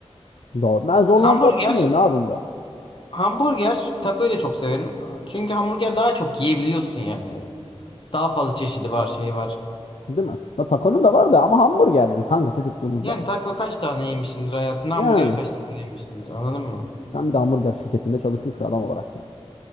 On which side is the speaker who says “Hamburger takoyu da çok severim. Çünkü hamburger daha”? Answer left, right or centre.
Left